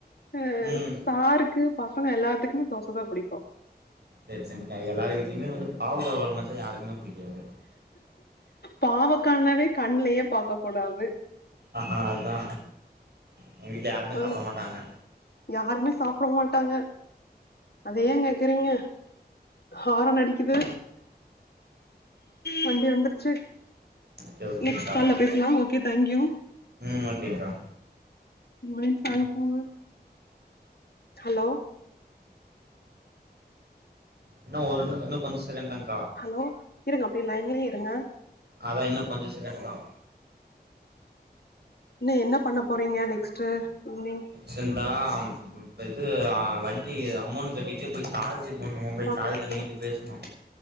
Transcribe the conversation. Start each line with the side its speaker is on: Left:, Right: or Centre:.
Left: ஆ
Right: ம்
Left: சாருக்கு பசங்க எல்லாத்துக்குமே தோச தா புடிக்கு
Right: சேரி சரிங்கக்கா எல்லார் வீட்லயுமே வந்து பாவக்கா கொழம்பு வெச்சா யாருக்குமே புடிக்காது
Left: பாவக்கானவே கண்லயே பாக்க கூடாது
Right: ஆஹா அதா எங்க வீட்ல யாருமே
Left: அ
Right: சாப்புட மாட்டாங்க
Left: யாருமே சாப்புடமாட்டாங்க அத ஏ கேக்கறீங்க ஹாரன் அடி கிது வண்டி வந்துருச்சு
Right: ஓகே ஓகேங்க்கா
Left: நெக்ஸ்ட் கால்ல பேச் லா ஓகே தேங்க்யூ
Right: ம் ஓக்கேங்க்கா
Left: டு மினிட்ஸ் ஆக போங்க ஹலோ
Right: இன்னு ஒருன் இன்னு கொஞ்ச செகண்ட் தாங்
Left: ஹலோ இருங்க அப்டியே லைன்லே இருங்க
Right: அதா இன்னு கொஞ்ச சகண்ட் தா
Left: இன்னு என்ன பண்ண போறீங்க நெக்ஸ்ட்டு ஈவ்னிங்
Right: சிந்தாம் இப்ப இது ஆ வட்டி அமௌண் கட்டிட்டு போய் சார்ஜ் போட்ணு mobile
Left: okay
Right: charge
Left: okay
Right: night பேச்ணு